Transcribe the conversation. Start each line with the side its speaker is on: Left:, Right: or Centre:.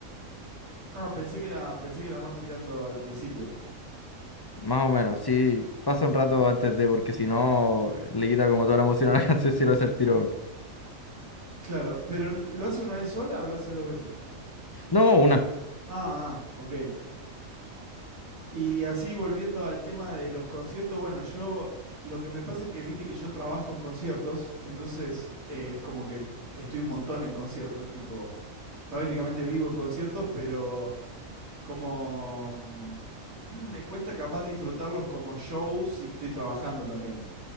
Right: Ah, pensé que era pensé que era más tirando al principio.
Left: Más o menos, sí, pasa un rato antes de, porque si no, le quita como toda la emoción a la <laughs> canción si lo hace el tiro, weón.
Right: Claro, pero ¿lo hace una vez sola o lo hace dos veces?
Left: No, una,
Right: Ah, ah, ok. Y así volviendo al tema de los conciertos, bueno, yo lo que me pasa es que viste que yo trabajo en conciertos, entonces eh, es como que estoy un montón en conciertos, tipo, prácticamente vivo en conciertos, pero como mm, <clears throat> me cuesta capaz disfrutarlos como show si estoy trabajando también.